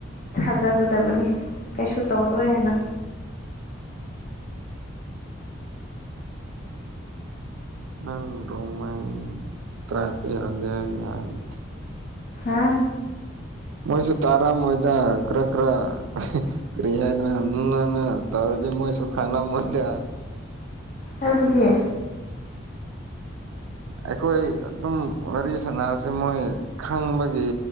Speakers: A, on the left; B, on the right.
A: ꯊꯥꯖꯒꯗꯕꯅꯤ ꯀꯩꯁꯨ ꯇꯧꯔꯣꯏ ꯍꯥꯏꯅ꯫
B: ꯅꯪ ꯔꯣꯃꯡ ꯇꯔꯥꯏꯞ꯫ <inaudible>
A: ꯍꯥꯥ꯫
B: ꯃꯣꯏꯁꯨ ꯇꯥꯔꯝ ꯃꯣꯏꯗ ꯈꯔ ꯈꯔ꯫ ꯀꯔꯤꯌꯥꯗ ꯎ ꯇꯧꯔꯗꯤ ꯃꯣꯏꯁꯨ ꯈꯥꯡ ꯃꯗꯌꯥ
A: ꯍꯥꯏꯕꯨꯗꯤꯦ
B: ꯑꯩꯈꯣꯏ ꯑꯗꯨꯝ ꯋꯥꯔꯤ ꯁꯅꯁ ꯃꯣꯏ ꯈꯪꯕꯒꯤ